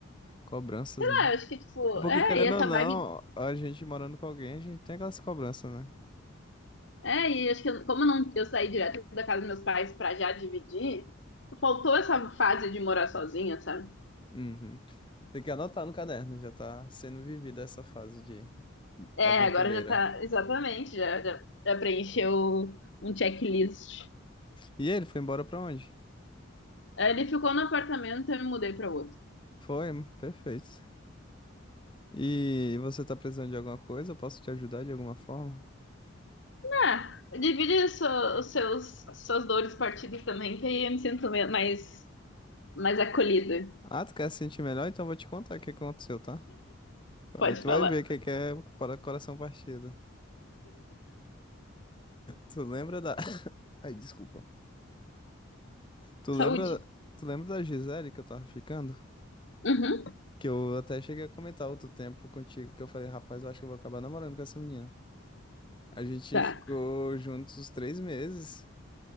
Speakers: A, on the left (about 25°); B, on the left (about 60°).
A: cobranças,
B: lá,
A: né?
B: eu acho que, tipo,
A: É porque,
B: é,
A: querendo
B: e essa
A: ou não,
B: vibe.
A: a gente morando com alguém, a gente tem aquelas cobranças, né?
B: É, e acho que eu- como eu não, eu saí direto da casa dos meus pais pra já dividir, faltou essa fase de morar sozinha, sabe?
A: Uhum. Tem que anotar no caderno, já tá sendo vivida essa fase de
B: É,
A: aventureira.
B: agora já tá, exatamente, já, já, já preencheu um checklist.
A: E ele foi embora pra onde?
B: Aí Ele ficou no apartamento e eu me mudei pra outro.
A: Foi, perfeito. E você tá precisando de alguma coisa? Eu posso te ajudar de alguma forma?
B: Ah, divide os seu- os seus, suas dores partidas também, que aí eu me sinto me- mais, mais acolhida.
A: Ah, tu quer se sentir melhor? Então eu vou te contar o que aconteceu, tá? Aí
B: Pode
A: tu
B: falar.
A: vai ver o que que é para coração partido. Tu lembra da... <laughs> <coughs> Ai, desculpa. Tu
B: Saúde.
A: lembra, tu lembra da Gisele que eu tava ficando?
B: Uhum,
A: Que eu até cheguei a comentar outro tempo contigo que eu falei, rapaz, eu acho que eu vou acabar namorando com essa menina. A gente
B: tá.
A: ficou juntos uns três meses,